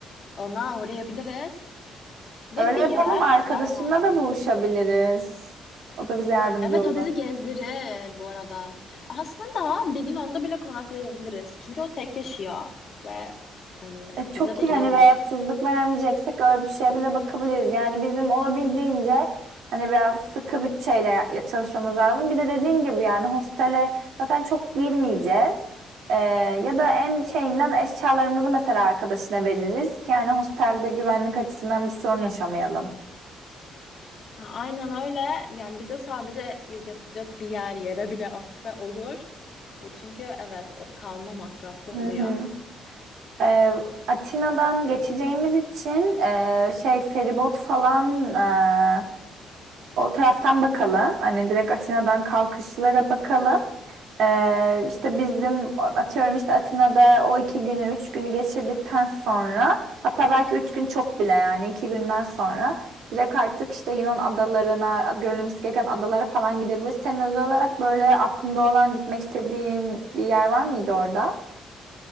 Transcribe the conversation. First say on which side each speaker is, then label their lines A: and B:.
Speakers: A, on the left (about 55°); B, on the right (about 80°).
A: Ona uğrayabiliriz. Ve
B: Öyle
A: bir yerel
B: yapalım arkadaşınla
A: pazar varmış.
B: da buluşabiliriz. O da bize yardımcı
A: Evet,
B: olur.
A: o bizi gezdirir bu arada. Aslında bir gün onda bile konaklayabiliriz. Çünkü o tek yaşıyor ve hani
B: E, çok
A: bize de
B: iyi
A: iyi
B: hani
A: olur.
B: rahatsızlık vermeyeceksek öyle bir şeye bile bakabiliriz. Yani bizim olabildiğince hani biraz sıkı bütçeyle ya- ya- çalışmamız lazım. Bir de dediğin gibi yani hostele zaten çok girmeyeceğiz. E, ya da en şeyinden eşyalarımızı mesela arkadaşına veririz ki yani hostelde güvenlik açısından bir sorun yaşamayalım.
A: Ha, aynen öyle. Yani bize sadece yatacak bir yer yere bile atsa olur. E, Çünkü evet o- kalma masraflı
B: Hı
A: oluyor.
B: hı. Ee, Atina'dan geçeceğimiz için e, şey feribot falan e, o taraftan bakalım. Hani direkt Atina'dan kalkışlara bakalım. Ee, işte bizim atıyorum işte Atina'da o iki günü üç günü geçirdikten sonra hatta belki üç gün çok bile yani iki günden sonra direkt artık işte Yunan adalarına görülmesi gereken adalara falan gidebiliriz. Senin özel olarak böyle aklında olan gitmek istediğin bir yer var mıydı orada?